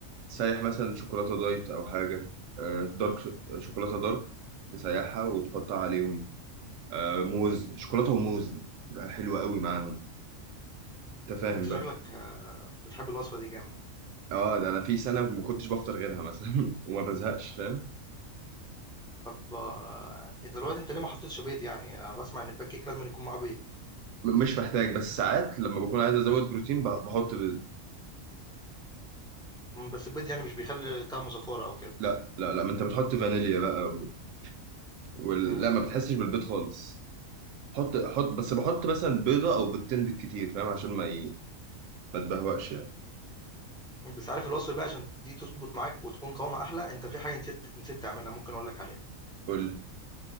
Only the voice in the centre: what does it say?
أنت
شكلك آه، بتحب الوصفة دي جامد.
طب آه، دلوقتي انت ليه ما حطيتش بيض يعني انا بسمع ان البان كيك لازم يكون معاه بيض
مم، بس البيض يعني مش بيخلي طعمه زفاره او كده
مم.
بس عارف الوصفه بقى عشان دي تظبط معاك وتكون قوامها احلى انت في حاجه نسيت نسيت تعملها ممكن اقول لك عليها